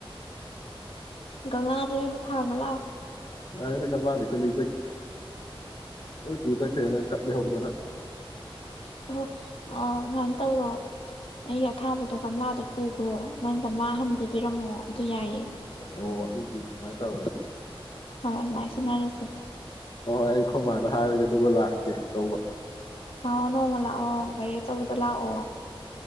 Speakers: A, on the left; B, on the left.
A: ꯒꯝꯂꯥꯁꯦ ꯍꯣꯟ ꯑꯣꯏꯅ ꯊꯥꯡꯕ ꯂꯥꯛꯑꯣ
B: ꯌꯥꯔꯦꯗ ꯀꯗꯤ ꯑꯩꯈꯣꯏ ꯂꯩꯖꯈꯤ ꯍꯣꯏ ꯄꯨꯖꯈ꯭ꯔꯦꯅ ꯀꯞ ꯂꯩꯍꯧꯗꯅ
A: ꯑꯣꯍꯣ ꯑ ꯑꯗꯨꯃꯥꯏꯅ ꯇꯧꯔꯣ ꯑꯩꯒꯤ ꯑꯊꯥꯕꯗꯣ ꯀꯪꯂꯝꯂꯥꯗꯣ ꯎꯈ꯭ꯔꯣ ꯅꯪ ꯀꯝꯂꯥꯍꯟꯕꯗꯨ ꯄꯤꯔꯝꯃꯣ ꯑꯗꯨ ꯌꯥꯏꯌꯦ
B: ꯑꯣ ꯑꯗꯨꯗꯤ ꯁꯃꯥꯏꯅ ꯇꯧꯔꯦ
A: ꯍ ꯅꯥꯏꯁꯤꯅꯅꯁꯦ
B: ꯍ ꯍꯣꯏ ꯑꯩ ꯈꯣꯃꯥꯗ ꯍꯥꯏꯔꯒ ꯑꯗꯨꯒ ꯂꯥꯛꯀꯦ ꯂꯧꯕ
A: ꯍꯥꯎꯅꯣ ꯃꯂ ꯑꯣ ꯔꯤ ꯆꯧꯕ ꯆꯂꯛꯑꯣ